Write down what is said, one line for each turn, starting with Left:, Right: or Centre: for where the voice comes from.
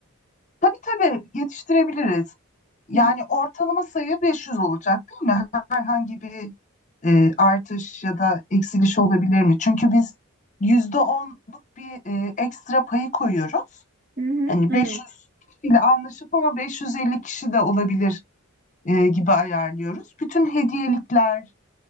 Left: Tabii tabii yetiştirebiliriz. Yani
Right: Hmm.
Left: ortalama sayı 500 olacak değil mi? Herhangi bir e, artış ya da eksiliş olabilir mi? Çünkü biz yüzde onluk bir e, ekstra payı koyuyoruz.
Right: Hı hı, hı,
Left: Hani
Right: evet.
Left: 500 kişiyle anlaşıp ama 550 kişi de olabilir e, gibi ayarlıyoruz. Bütün hediyelikler,